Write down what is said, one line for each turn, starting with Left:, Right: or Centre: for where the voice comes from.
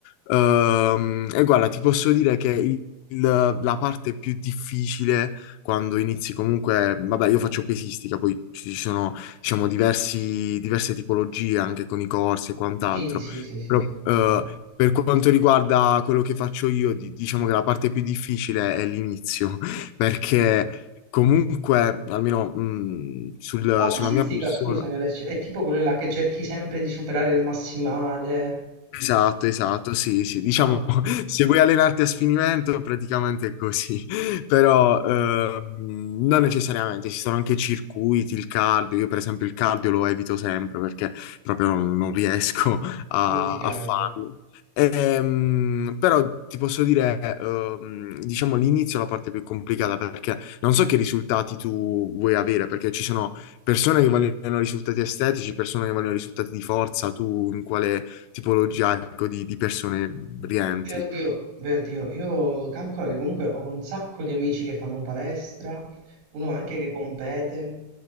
Left: Ehm, e guarda, ti posso dire che il- il- la parte più difficile quando inizi comunque, vabbè, io faccio pesistica, poi ci sono, diciamo, diversi- diverse tipologie anche con i corsi e quant'altro.
Right: Sì, sì, sì, sì,
Left: Però,
Right: sì, immagino.
Left: eh, per quanto riguarda quello che faccio io, di- diciamo che la parte più difficile è l'inizio, <laughs> perché Comunque, almeno mh, sul-
Right: Ma pesistica,
Left: sulla mia persona.
Right: scusami Alessio, è tipo quella là che cerchi sempre di superare il massimale.
Left: Esatto, esatto, sì, sì, diciamo,
Right: Ah, ok.
Left: <laughs> se vuoi allenarti a sfinimento, praticamente è così, <laughs> però
Right: Ah.
Left: eh, non necessariamente, ci sono anche circuiti, il cardio, io per esempio il cardio lo evito sempre perché proprio non non riesco a,
Right: Non ti piace?
Left: a farlo. Ehm, però ti posso dire, ehm, diciamo, l'inizio è la parte più complicata perché non so che risultati tu vuoi avere, perché ci sono persone che vogliono risultati estetici, persone che vogliono risultati di forza, tu in quale tipologia ecco, di, di persone rientri.
Right: Beh, oddio, beh, oddio, io calcolo che comunque ho un sacco di amici che fanno palestra, uno anche che compete.